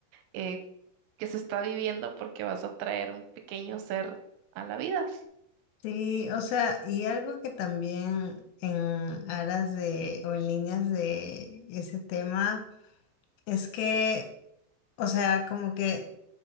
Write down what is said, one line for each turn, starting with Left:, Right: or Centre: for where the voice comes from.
Right: eh, que se está viviendo porque vas a traer un pequeño ser a la vida.
Left: Sí, o sea, y algo que también en aras de o en líneas de ese tema es que, o sea, como que